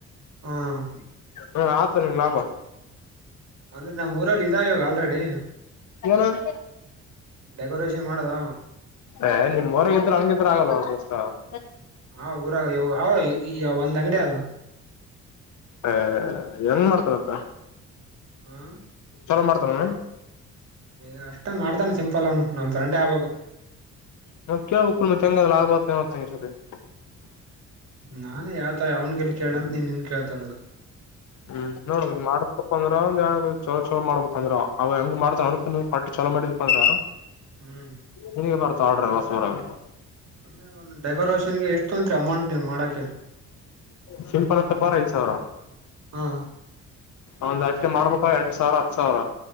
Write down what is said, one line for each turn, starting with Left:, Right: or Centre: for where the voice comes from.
Right: ಹ್ಮ್ಮ್
Left: ಹಾ ಆತ ನಿಮ್ ಲಾಭ
Right: ಅಂದ್ರೆ ನಮ್ಮೂರಲ್ಲಿ ಇದ ಇವಾಗ ಆಲ್ರೆಡಿ.
Left: ಏನು <inaudible>
Right: ಡೆಕೋರೇಷನ್ ಮಾಡದ
Left: ಎ ನಿಮ್ ಊರಾಗ್ ಎದ್ದೂರ್ ಹಂಗೆ <unintelligible>
Right: ಹಾ ಊರಾಗ ಹ ಈ ಒಂದ್ ಅಂಗಡಿ ಅದು.
Left: ಹ ಹೆಂಗ ಮಾಡ್ತಾನತ್ತ
Right: ಹಾಆಆ
Left: ಲ್ಲ ಮಾಡ್ತಾರಮ್ಮ
Right: ಯ ಅಷ್ಟೇ ಮಾಡ್ತಾನ ಸಿಂಪಲ್ ಅವನು ನಮ್ ಫ್ರೆಂಡ್ ಆಗ್ಬೇಕು.
Left: <unintelligible>
Right: ನಾನೇ ಯಾವತರ ಅವಾವನಗಲ್ ಕೇಳಂತ ನೀನ್. ಕೇಳ್ತಾ ಇರೋದು
Left: ಹ್ಮ್ ನೋಡ್ಬದು ಮಾಡಕಪ್ಪ ಚಲ ಚಲೋ ಮಾಡ್ಬೇಕು ಅಂದ್ರ ಅವ ಹೆಂಗ ಮಾಡ್ತ ಅನ್ ಪಾಟೀ ಚಲೋ ಮಾಡಿದಿ ಅಂದ್ರ.
Right: ಹ್ಮ್
Left: ನಿನಗೆ ಬರ್ತ <unintelligible>
Right: ಅಂದೆ ಒಂದ್ ಡೆಕೋರೇಷನ್ ಗೆ ಎಷ್ಟು ತೊಂತ್ರಿ ಅಮೌಂಟ್ ನೀವು ಮಾಡಕೆ.
Left: ಸಿಂಪಲ್ ತಕೊರ್ ಐದ್ ಸಾವಿರ.
Right: ಹಾ
Left: ಒಂದ್ ಅಷ್ಟೆ ಮಾಡ್ಬೇಕ ಎರಡ್ ಸಾವಿರ ಹತ್ತು ಸಾವಿರ.